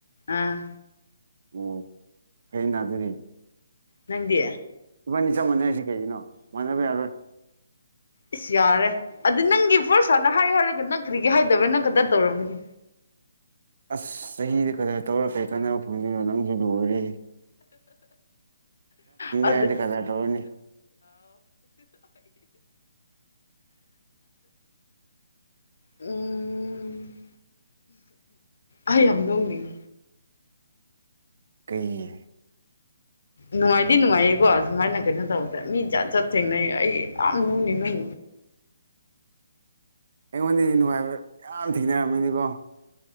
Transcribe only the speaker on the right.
ꯑꯣ ꯐꯩꯌꯦꯅ ꯑꯗꯨꯅꯤ
ꯅꯣꯏꯅꯤ ꯆꯞ ꯃꯥꯟꯅꯩꯁ ꯀꯩꯒꯤꯅꯣ ꯃꯟꯅꯕ ꯌꯥꯔꯣꯏ
ꯑꯁ ꯆꯍꯤꯗ ꯀꯛꯇ ꯇꯧꯔ ꯀꯔꯤ ꯀꯥꯟꯅꯕ ꯐꯪꯗꯣꯏꯅꯣ ꯅꯪꯁꯨ ꯂꯣꯏꯔꯦ
ꯍꯥꯏꯔꯗꯤ ꯀꯗꯔ ꯇꯧꯔꯅꯤ
ꯀꯩꯒꯤ
ꯑꯩꯉꯣꯟꯗꯤ ꯅꯨꯡꯉꯥꯏꯕ ꯌꯥꯝ ꯊꯦꯡꯅꯔꯝꯃꯤꯅꯤꯀꯣ